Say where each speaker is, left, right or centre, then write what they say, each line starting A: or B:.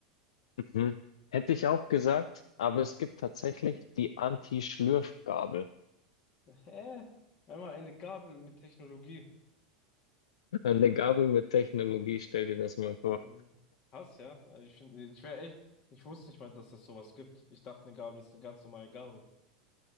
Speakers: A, on the left (about 70°); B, on the left (about 45°).
A: Mhm. Hätte ich auch gesagt, aber es gibt tatsächlich die Anti-Schlürfgabel.
B: Hä? Einmal eine Gabel mit Technologie.
A: Eine Gabel mit Technologie, stell dir das mal vor.
B: Und Krass, ja. Also ich finde, ich wäre echt, ich wusste nicht mal, dass das sowas gibt. Ich dachte, eine Gabel ist eine ganz normale Gabel.